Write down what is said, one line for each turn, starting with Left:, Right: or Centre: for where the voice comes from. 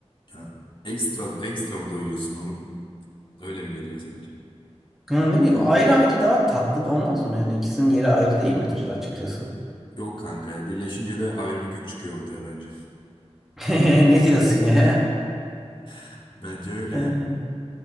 Left: Ya, ekstra ekstra mı doyuyorsun onu öyle mi geliyor sence?
Centre: Ya ne bileyim ayrı ayrı daha tatlı da olmaz mı yani ikisinin yeri ayrı değil midir açıkçası?
Left: Yok kanka ya birleşince de ayrı bir güç çıkıyor ortaya bence.
Centre: <laughs> Ne diyorsun ya?
Left: <laughs> Bence öyle
Centre: Ee,
Left: yani.